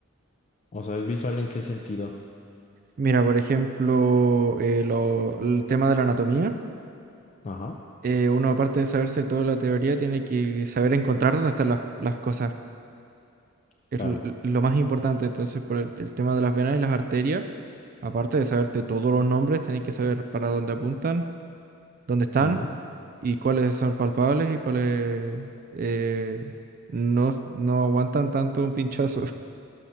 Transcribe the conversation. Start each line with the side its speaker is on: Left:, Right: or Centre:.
Left: o sea, ¿es visual en qué sentido?
Right: Mira, por ejemplo, eh, lo- el tema de la anatomía,
Left: Ajá,
Right: eh, uno aparte de saberse toda la teoría, tiene que saber encontrar dónde están las, las cosas, es
Left: claro.
Right: l- l- lo más importante, entonces por el, el tema de las venas y las arterias, aparte de saberte todos los nombres, tenés que saber para dónde apuntan, dónde están.
Left: Ujú.
Right: y cuáles son palpables y cuáles eh, no, no aguantan tanto un pinchazo. <laughs>